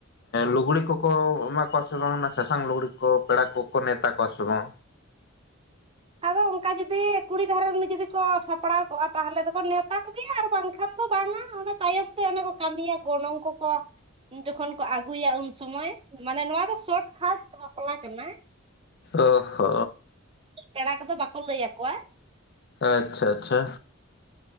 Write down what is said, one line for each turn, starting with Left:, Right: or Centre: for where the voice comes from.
Left: ᱞᱩᱜᱽᱲᱤ ᱠᱚᱠᱚ ᱮᱢᱟ ᱠᱚᱣᱟ ᱥᱮ ᱵᱟᱝ ᱚᱱᱟ ᱥᱟᱥᱟᱝ ᱞᱩᱜᱽᱲᱤ ᱠᱚ ᱯᱮᱲᱟ ᱠᱚᱠᱚ ᱱᱮᱶᱛᱟ ᱠᱚᱣᱟ ᱥᱮ ᱵᱟᱝ?
Right: ᱟᱫᱚ ᱚᱱᱠᱟ ᱡᱩᱫᱤ ᱠᱩᱲᱤ ᱫᱷᱟᱨᱮ ᱨᱮᱱ ᱡᱩᱫᱤ ᱠᱚ ᱥᱟᱯᱲᱟᱣ ᱠᱚᱜᱼᱟ ᱛᱟᱦᱚᱞᱮ ᱫᱚᱠᱚ ᱱᱮᱣᱛᱟ ᱠᱚᱜᱮᱭᱟ ᱟᱨ ᱵᱟᱝᱠᱷᱟᱱ ᱫᱚ ᱵᱟᱝᱼᱟ ᱚᱱᱟ ᱛᱟᱭᱚᱢ ᱛᱮ ᱚᱱᱮ ᱠᱚ ᱠᱟᱹᱢᱤᱭᱟ ᱜᱚᱱᱚᱝ ᱠᱚᱠᱚ ᱡᱚᱠᱷᱚᱱ ᱠᱚ ᱟᱹᱜᱩᱭᱟ ᱩᱱ ᱥᱩᱢᱚᱭ ᱢᱟᱱᱮ ᱱᱚᱣᱟ ᱫᱚ ᱥᱚᱨᱚᱴᱠᱟᱴ ᱵᱟᱯᱞᱟ ᱠᱟᱱᱟ
Left: ᱚ ᱦᱚ
Right: ᱯᱮᱲᱟ ᱠᱚᱫᱚ ᱵᱟᱠᱚ ᱞᱟᱹᱭ ᱟᱠᱚᱣᱟ
Left: ᱟᱪᱪᱷᱟ ᱟᱪᱪᱷᱟ